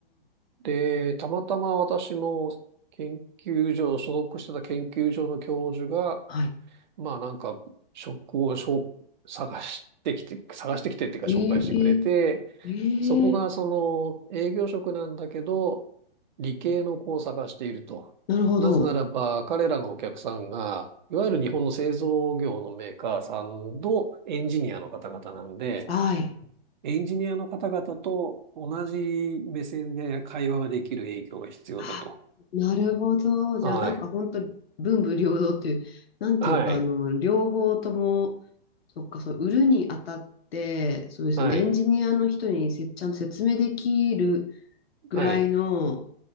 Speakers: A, on the right; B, on the left.
A: で、たまたま私の研究所、所属してた研究所の教授が、
B: あ、はい、
A: まあなんか、職をしょ探してきて、探してきてっていうか紹介してくれて、
B: ええ、ええ、
A: そこがその営業職なんだけど、理系の子を探していると。
B: なるほど、
A: なぜならば彼らのお客さんが、いわゆる日本の製造業のメーカーさんのエンジニアの方々なんで、
B: はい、
A: エンジニアの方々と同じ目線で会話ができる営業が必要だと。
B: あ、なるほど、
A: はい。
B: じゃあなんか本当に文武両道っていう、なんていうか、
A: はい。
B: あの、両方とも、そっか、そう、売るにあたって、そうですよね、
A: はい。
B: エンジニアの人にせ、ちゃんと説明できるぐらいの
A: はい。